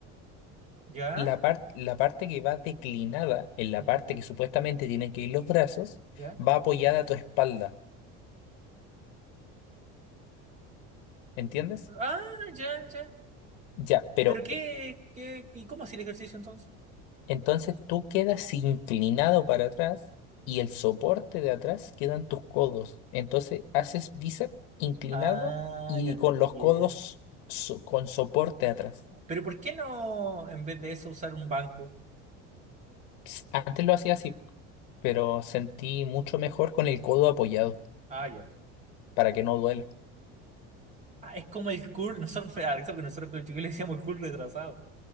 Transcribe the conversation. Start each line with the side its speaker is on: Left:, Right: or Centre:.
Right: ya,
Left: La par- la parte que va declinada, en la parte
Right: ya,
Left: que supuestamente tienen que ir los brazos,
Right: ya.
Left: va apoyada a tu espalda, ¿entiendes?
Right: Ah, ya, ya.
Left: Ya, pero
Right: ¿Pero qué, qué, y cómo hacía el ejercicio entonces?
Left: Entonces tú quedas inclinado para atrás y el soporte de atrás quedan tus codos. Entonces haces bíceps inclinado
Right: Ah,
Left: y
Right: ya te
Left: con
Right: entiendo.
Left: los codos so- con soporte atrás.
Right: Pero ¿por qué no, en vez de eso, usar un banco?
Left: Ps, Antes lo hacía así, pero sentí mucho mejor con el codo apoyado
Right: Ah, ya.
Left: para que no duela.
Right: Ah, es como el cool, nosotros me da risa porque nosotros con el chiquillo le decíamos el cool retrasado.